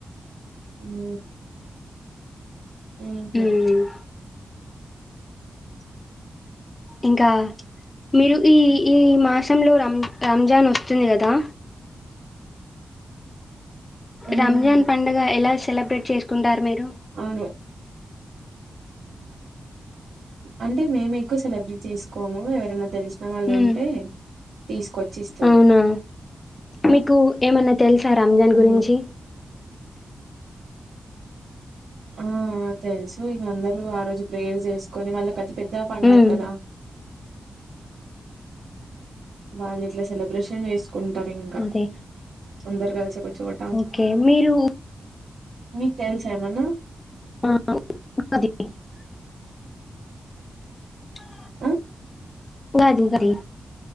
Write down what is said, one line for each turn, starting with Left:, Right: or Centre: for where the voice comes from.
Right: అ ఆ హ
Left: ఉమ్, ఇంకా మీరు ఈ ఈ మాసంలో రం రంజాన్ వస్తుంది కదా
Right: ఉమ్
Left: రంజాన్ పండగ ఎలా సెలబ్రేట్ చేసుకుంటారు మీరు
Right: అవును అంటే మేము ఎక్కువ సెలబ్రేట్ చేసుకోము ఎవరైనా తెలుసు న్న వాళ్ళు
Left: మ్మ్
Right: ఉంటే తీసుకొచ్చి ఇస్తారు
Left: అవునా మీకు ఏమన్నా తెలుసా రంజాన్ గురించి
Right: ఉమ్ ఆ తెలుసు ఇంక అందరూ ఆ రోజు ప్రేయర్ చేసుకొని వాళ్ళ కది పెద్ద పడుగ
Left: మ్మ్
Right: కదా వాళ్ళు ఇట్లా సెలబ్రేషన్ చేస్ కుంటారు ఇంకా
Left: అదే
Right: అందరు కలిసిఒక చొట
Left: ఓకే మీరు
Right: మీకు తెలుస ఏమనా
Left: ఆ <unintelligible>
Right: అ
Left: అది అది